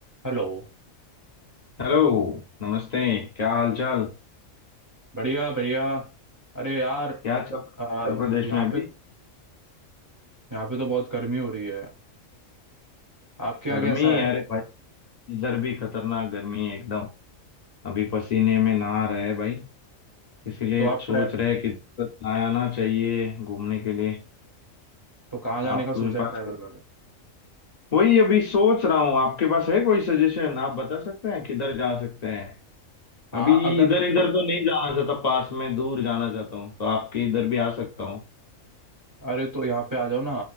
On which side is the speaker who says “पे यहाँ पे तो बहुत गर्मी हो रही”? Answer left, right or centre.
Right